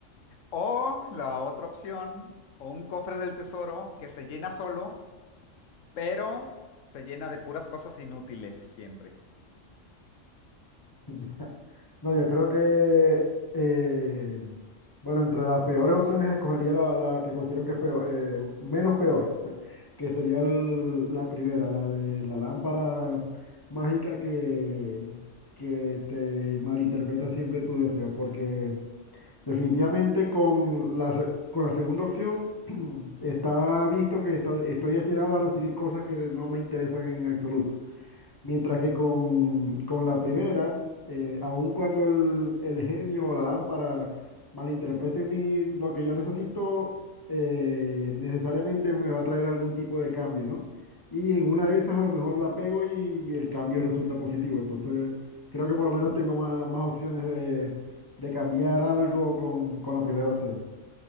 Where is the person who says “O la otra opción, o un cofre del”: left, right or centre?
Left